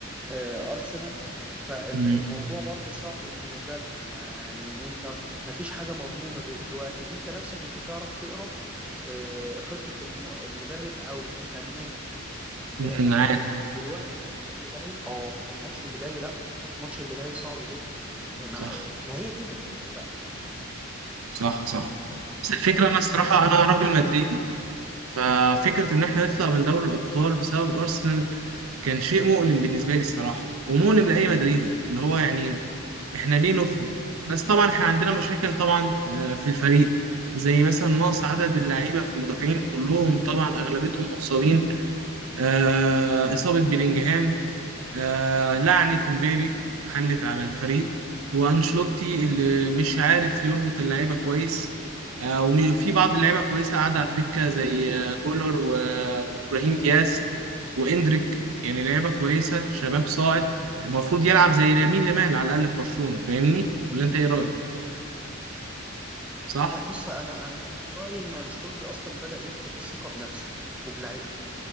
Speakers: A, in the centre; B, on the right (about 80°).
A: آه، ارسنال فالموضوع
B: مم،
A: برضو صعب بالنسبه لهم يعني انت ما فيش حاجه مضمونه دلوقتي انت نفسك مش هتعرف تقرا آه، خطه الم- المدرب او تخمنها لان
B: مم، معاك
A: دلوقتي الماتش اللي جاي اه الماتش اللي جاي لا الماتش اللي جاي صعب جدا مع
B: صح
A: ما هي دي متعته بقى
B: صح صح بس الفكرة أنا الصراحة أنا راجل مدريدي ففكرة إن إحنا نطلع من دوري الأبطال بسبب أرسنال كان شيء مؤلم بالنسبة لي الصراحة ومؤلم لأي مدريدي اللي هو يعني احنا ليه نخرج بس طبعا احنا عندنا مشاكل طبعا آه، في الفريق زي مثلا نقص عدد اللعيبه في المدافعين كلهم طبعا اغلبيتهم مصابين آه، اصابه بيلينجهام آه، لعنه امبابي حلت على الفريق وانشلوتي اللي مش عارف يربط اللعيبه كويس آه، وفي بعض اللعيبه كويسه قاعده على الدكه زي آه، جولر وابراهيم دياز واندريك يعني لعيبه كويسه شباب صاعد المفروض يلعب زي لامين يامال على الاقل في برشلونه فاهمني ولا انت ايه رايك صح
A: لا بص انا انا من رايي انه انشيلوتي اصلا بدا يفقد الثقه بنفسه وبلعيبته